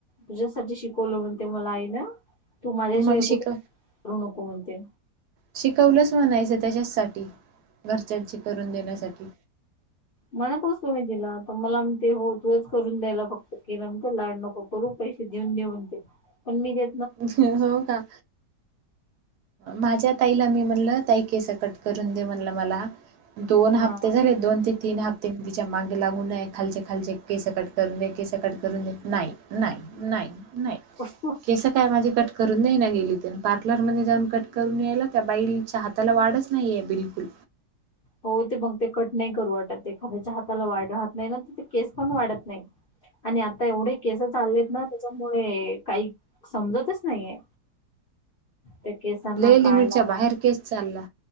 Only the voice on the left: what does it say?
तुझ्यासाठी शिकवलं म्हणते मला आई ना तू माझ्याशिवाय
कुठे
करू नको म्हणते
म्हणत होस तुम्ही तिला तर मला ते होतोयच करून द्यायला फक्त केलं म्ह लाड नको करू पैसे देऊन देऊन ते पण मी ते
हा
कस्त
हो. ते मग ते कट नाही करू वाटत. ते एखाद्याच्या हाताला वाढ राहात नाही ना. त ते केस पण वाढत नाहीत. आणि आता एवढे केस चाललेत ना. त्याच्यामुळे, काही समजतच नाहीय. त्या केसांना
काय,
लावाव?